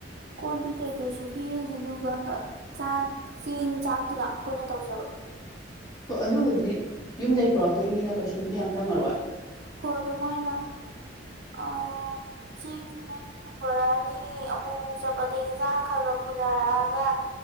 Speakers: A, on the right (about 60°); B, on the left (about 20°).
A: ꯀꯣꯂꯤ ꯀꯩꯀꯩꯁꯨ ꯄꯤꯔꯅꯤ ꯑꯗꯨꯒ ꯆ ꯆꯦꯡ ꯆꯥꯛꯇꯨꯅ ꯑꯩꯈꯣꯏꯅ ꯇꯧꯖꯕ
B: ꯑꯣ ꯑꯗꯨꯕꯨꯗꯤ ꯌꯨꯝꯗꯒꯤꯩ ꯄꯨꯔꯛꯇꯣꯏꯅꯤꯅ ꯀꯩꯁꯨꯕꯨꯗꯤ ꯌꯥꯝ ꯆꯪꯉꯔꯣꯏ
A: ꯍꯣꯏ ꯑꯗꯨꯣ ꯃꯣꯏꯅ ꯑ ꯆꯅ ꯔꯥꯅꯤ ꯃꯣꯃꯣ ꯆꯄꯗꯩ ꯏꯟꯁꯥꯡ ꯈꯔꯒ ꯄꯨꯅꯔꯛꯑꯒ